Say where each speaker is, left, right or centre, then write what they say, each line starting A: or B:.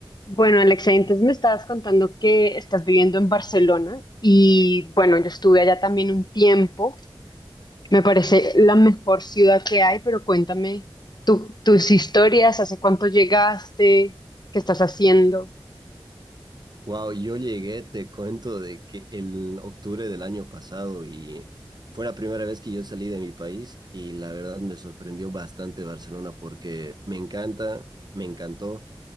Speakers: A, on the left; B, on the right.
A: Bueno, Alexa, entonces me estabas contando que estás viviendo en Barcelona y bueno, yo estuve allá también un tiempo. Me parece la mejor ciudad que hay, pero cuéntame tu- tus historias, hace cuánto llegaste, qué estás haciendo.
B: Wow, yo llegué, te cuento, de que el octubre del año pasado y fue la primera vez que yo salí de mi país y la verdad me sorprendió bastante Barcelona porque me encanta, me encantó,